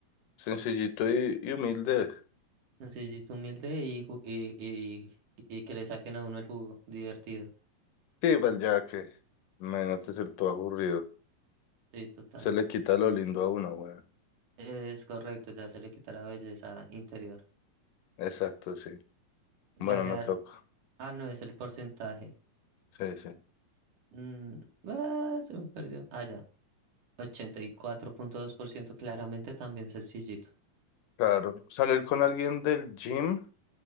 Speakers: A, on the left; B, on the right.
A: Sencillito y, y humilde.
B: Sencillito, humilde y, ju- y, y, y que le saquen a uno el jugo. Divertido.
A: Sí, igual ya que. Imagínate ser todo aburrido.
B: Sí, total.
A: Se le quita lo lindo a uno, weón.
B: Es correcto, ya se le quita la belleza interior.
A: Exacto, sí.
B: Ganar.
A: Bueno, me toca.
B: Ah, no, es el porcentaje.
A: Sí, sí.
B: Mm, ah, se me perdió. Ah, ya. ochenta y cuatro punto dos por ciento claramente también sencillito.
A: Claro, salir con alguien del gym.